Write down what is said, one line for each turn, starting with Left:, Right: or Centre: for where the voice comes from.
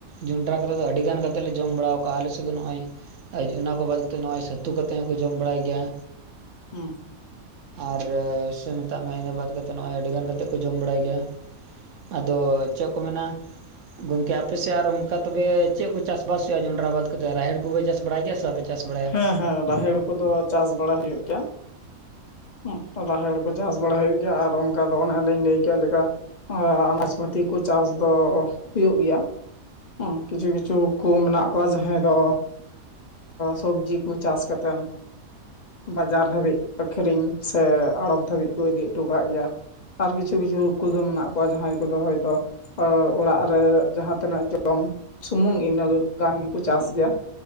Right: ᱡᱚᱱᱰᱨᱟ ᱠᱟᱛᱮᱫ ᱫᱚ ᱟᱹᱰᱤᱜᱟᱱ ᱠᱟᱛᱮᱫ ᱞᱮ ᱡᱚᱢ ᱵᱟᱲᱟᱣ ᱟᱠᱟᱜᱼᱟ ᱟᱞᱮᱥᱮᱫ ᱫᱚ ᱱᱚᱜᱼᱚᱭ ᱚᱱᱟ ᱠᱚ ᱵᱟᱫᱽ ᱠᱟᱛᱮᱫ ᱱᱚᱜᱼᱚᱭ ᱥᱟᱹᱛᱩ ᱠᱟᱛᱮ ᱦᱚᱸᱠᱚ ᱡᱚᱢ ᱵᱟᱲᱟᱭ ᱜᱮᱭᱟ᱾
Left: ᱦᱮᱸ
Right: ᱟᱨ ᱥᱮ ᱢᱮᱛᱟᱜ ᱢᱮ ᱤᱱᱟᱹ ᱵᱟᱫᱽ ᱠᱟᱛᱮᱫ ᱱᱚᱜ ᱼᱚᱭ ᱟᱹᱰᱤ ᱜᱟᱱ ᱠᱟᱛᱮᱫ ᱠᱚ ᱡᱚᱢ ᱵᱟᱲᱟᱭ ᱜᱮᱭᱟ᱾ ᱟᱫᱚ ᱪᱮᱫ ᱠᱚ ᱢᱮᱱᱟ ᱜᱚᱝᱠᱮ ᱟᱯᱮᱥᱮᱫ ᱟᱨ ᱚᱱᱠᱟ ᱛᱚᱵᱮ ᱪᱮᱫ ᱠᱚ ᱪᱟᱥᱵᱟᱥ ᱦᱩᱭᱩᱜᱼᱟ ᱡᱚᱸᱰᱨᱟ ᱵᱟᱫᱽ ᱠᱟᱛᱮᱫ ᱨᱟᱦᱮᱲ ᱠᱚᱯᱮ ᱪᱟᱥ ᱵᱟᱲᱟᱭ ᱜᱮᱭᱟ ᱥᱮ ᱵᱟᱯᱮ ᱪᱟᱥ ᱵᱟᱲᱟᱭ ᱜᱮᱭᱟ᱾
Left: ᱦᱮᱸ ᱦᱮᱸ ᱨᱟᱦᱮᱲ ᱠᱚᱫᱚ ᱪᱟᱥ ᱵᱟᱲᱟ ᱦᱩᱭᱩᱜ ᱜᱮᱭᱟ᱾ <unintelligible> ᱨᱟᱦᱮᱲ ᱠᱚ ᱪᱟᱥ ᱵᱟᱲᱟ ᱦᱩᱭᱩᱜ ᱜᱮᱭᱟ ᱟᱨ ᱚᱱᱠᱟ ᱫᱚ ᱚᱱᱟᱮᱞᱤᱧ ᱞᱟᱹᱭ ᱠᱮᱫ ᱞᱮᱠᱟ᱾ ᱟᱱᱟᱡᱽ ᱯᱟᱹᱛᱤ ᱠᱚ ᱪᱟᱥ ᱫᱚ ᱦᱩᱭᱩᱜ ᱜᱮᱭᱟ᱾ ᱠᱤᱪᱷᱩ ᱠᱤᱪᱷᱩ ᱠᱚ ᱢᱮᱱᱟᱜ ᱠᱚᱣᱟ ᱡᱟᱦᱟᱸᱭ ᱫᱚ ᱥᱚᱵᱽᱡᱤ ᱠᱚ ᱪᱟᱥ ᱠᱟᱛᱮᱱ ᱵᱟᱡᱟᱨ ᱫᱷᱟᱹᱵᱤᱡ ᱟᱹᱠᱷᱨᱤᱧ ᱥᱮ ᱟᱲᱚᱛ ᱫᱷᱟᱹᱵᱤᱡ ᱠᱚ ᱤᱫᱤ ᱦᱚᱴᱚ ᱠᱟᱜ ᱜᱮᱭᱟ᱾ ᱟᱨ ᱠᱤᱪᱷᱩ ᱠᱤᱪᱷᱩ ᱠᱩᱫᱚ ᱢᱮᱱᱟᱜ ᱠᱚᱣᱟ ᱡᱟᱦᱟᱸᱭ ᱠᱚᱫᱚ ᱦᱚᱭᱛᱚ ᱚᱲᱟᱜ ᱨᱮ ᱡᱟᱦᱟᱸᱛᱤᱱᱟᱹᱜ ᱡᱚᱢ ᱥᱩᱢᱩᱝ ᱤᱱᱟᱹᱜ ᱜᱟᱱ ᱜᱮᱠᱚ ᱪᱟᱥ ᱜᱮᱭᱟ᱾